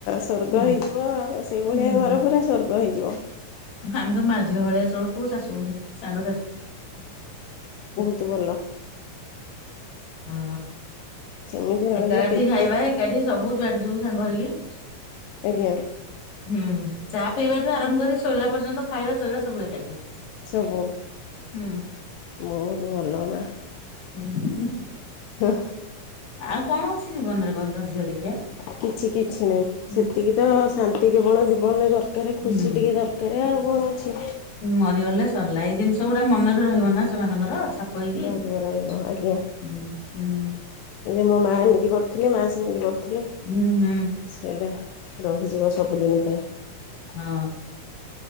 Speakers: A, on the left; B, on the left.
A: ସ୍ଵର୍ଗ
B: ହୁଁ
A: ହେଇଯିବ ଆଉ ସେଇଭଳିଆ
B: ହୁଁ
A: ଘର ପୁରା ସ୍ଵର୍ଗ ହେଇଯିବ
B: ଆମେ ତ ମା ଝିଅ ଭଳିଆ ଚଳୁ କହୁ ଶାଶୁ ବୋହୂ ସାଙ୍ଗ ସାଥି
A: ତୁ ଭଲ
B: ହଁ
A: ସେମିତି ରହିଲେ
B: ଏକାଠି
A: କେତେ
B: ଖାଇବା ଏକାଠି ସବୁ ଯୁଆଡେ ଯିବୁ ସାଙ୍ଗ ହେଇକି
A: ଆଜ୍ଞା
B: ହୁଁ ଚା ପିଇବାଠୁ ଆରମ୍ଭ କରି ଶୋଇଲା ପର୍ଯ୍ୟନ୍ତ ଖାଇବା ଶୋଇବା ସବୁ ଏକାଠି
A: ସବୁ
B: ହୁଁ
A: ବହୁତ ଭଲ ମା
B: ହୁଁ ହ
A: ହଁ
B: ଆଉ କଣ ଅଛି ଜୀବନରେ କହିଲ ଝିଅ ଦେଖିଆ
A: କିଛି କିଛି ନାହିଁ
B: ହୁଁ
A: ସେତିକି ତ ଶାନ୍ତି କେବଳ ଜୀବନରେ ଦରକା ଦରକାର ଖୁସି
B: ହୁଁ
A: ଟିକେ ଦରକାର ଆଉ କଣ ଅଛି
B: ମରିଗଲେ ସରିଲା ଏଇ ଜିନିଷ ସେଗୁଡା ମନରେ ରହିବ ନା ସେମାନଙ୍କର ଛାପ ହେଇକି
A: ରହିବ ରହିବ
B: ହଁ
A: ଆଜ୍ଞା
B: ଉ
A: ଯେ ମୋ ମା ଏମିତି କରିୁଥିଲି ମା ସେମିତି କରୁଥିଲେ
B: ହୁଁ ହୁଁ
A: ସେଇଟା ରହିଯିବ ସବୁଦିନ ପାଇଁ
B: ହଁ